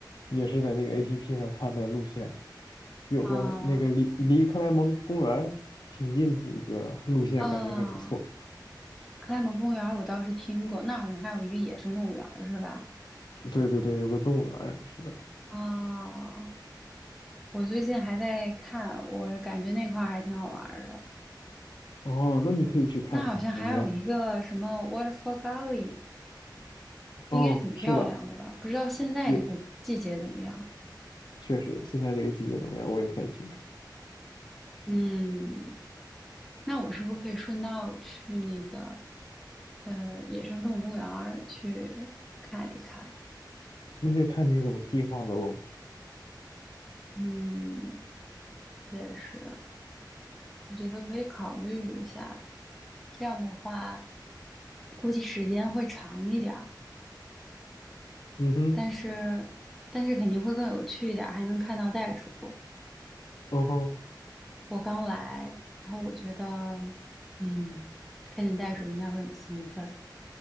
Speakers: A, on the left (about 70°); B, in the centre.
A: 也是在那个 APP 上看的路线，有个那个离离克莱蒙公园儿挺近的一个路线，
B: 啊啊，
A: 感觉还不错。
B: 克莱蒙公园儿我倒是听过，那好像还有一个野生动物园儿是吧？
A: 对对对，有个动物园儿是的。
B: 啊，我最近还在看，我感觉那块儿还挺好玩儿的。
A: 哦，那你可以去看看的我觉得。
B: 那好像还有一个什么 Waterfall Gully。
A: 哦，
B: 应该挺漂亮的吧？
A: 是的，
B: 不知道现在这个季节怎么样？
A: 有，确实，现在这个季节怎么样，我也不太清楚，
B: 嗯，那我是不是可以顺道去那个呃野生动物公园儿去看一看？
A: 那就看你怎么计划的喽。
B: 嗯，也是，我觉得可以考虑一下。这样的话，估计时间会长一点儿，
A: 嗯哼，
B: 但是但是肯定会更有趣一点儿，还能看到袋鼠。
A: 哦吼，
B: 我刚来，然后我觉得，嗯，看见袋鼠应该会很兴奋。